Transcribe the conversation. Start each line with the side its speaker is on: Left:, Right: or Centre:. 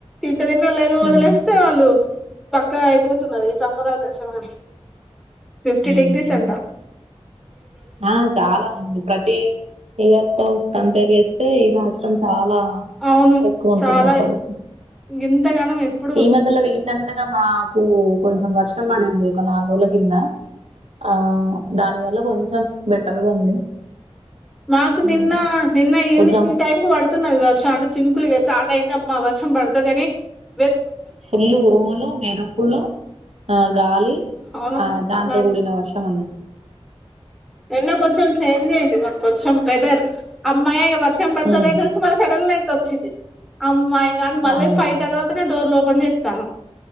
Centre: ఇ క్కన్న లేదు వదిలేస్తే
Right: ఉమ్
Centre: వాళ్ళు పక్క అయిపోత్ తున్నారు ఈ సమ్మర్ హాలిడేస్ న్నామ అని ఫిఫ్టీ
Right: ఉమ్
Centre: డిగ్రీస్ ఉంట
Right: ఆ చాలా ఉంది ప్రతి ఇయర్ త కంపేర్ చేస్తే ఈ సంవత్సరం చాలా లా
Centre: అవును
Right: ఎక్కువ ఉంటుంది
Centre: చాలా
Right: అసలు
Centre: ఇంతగానం ఎప్పుడు
Right: ఈ మధ్యలో రీసెంట్ గా మాకు కొంచం వర్ష ర్షం పడింది ఒక నాలుగు రోజుల కింద ఆ దాని వల్ల కొం బెటర్గా ఉంది
Centre: మాకు
Right: హ్మ్.
Centre: నిన్న నిన్న ఈవినింగ్
Right: కొంచెం
Centre: ఈ టైం కు పడుతున్నది వర్షం అంటే చిన్నకులుగా స్ ర్ట అయిందమ్మ వర్షం పడతదీ అని బీ
Right: ఫుల్లు ఉరుములు మెరుపులు ఆ గాలి
Centre: అవును
Right: ఆ దాంతో
Centre: అలా
Right: కూడిన వర్షం అన్న
Centre: ఎండ కొంచెం చేంజ్ అయ్యింది గా కొంచెం వెదర్ అమ్మాయా ఇగ వర్షం పడుతుంది
Right: హ్మ్
Centre: మళ్ళీ సడన్ గా అమ్మాయి కానీ మళ్ళీ
Right: అవును
Centre: ఫై తర్వాతనే డోర్ లో కొజే చేస్తాను